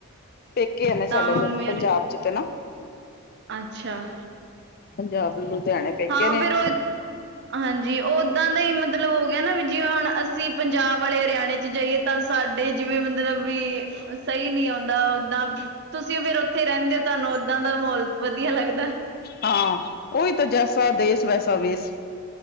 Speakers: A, on the left; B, on the right.
A: ਪੇਕੇ ਨੇ ਸਾਡੇ
B: ਤਾਂ ਮੰਮੀ
A: ਪੰਜਾਬ
B: ਔਰੀ,
A: ਚ ਤੇ ਨਾ
B: ਅੱਛਾ।
A: ਪੰਜਾਬ ਲੁਧਿਆਣੇ ਪੇਕੇ
B: ਹਾਂ
A: ਨੇ
B: ਫਿਰ ਉਹੀ ਹਾਂਜੀ। ਉੱਦਾਂ ਦਾ ਈ ਮਤਲਬ ਹੋ ਗਆ ਨਾ ਵੀ ਜਿਵੇਂ ਹੁਣ ਅਸੀ ਪੰਜਾਬ ਆਲੇ ਹਰਿਆਣੇ ਚ ਜਾੲਯੇ ਤਾਂ ਸਾਡੇ ਜਿਵੇਂ ਮਤਲਬ ਵੀ ਵਈ ਨੀ ਔਂਦਾ ਜਿ ਤੁਸੀ ਫਿਰ ਉਥੇ ਈ ਰਹੰਦੇ ਤਹਾਨੂੰ ਔਦਾਂ ਦਾ ਮਹੌਲ ਵਧੀਆ ਲੱਗਦੈ।
A: ਹਾਂ। ਉਹੀ ਤੇ ਜੈਸਾ ਦੇਸ ਵੈਸਾ ਵੇਸ,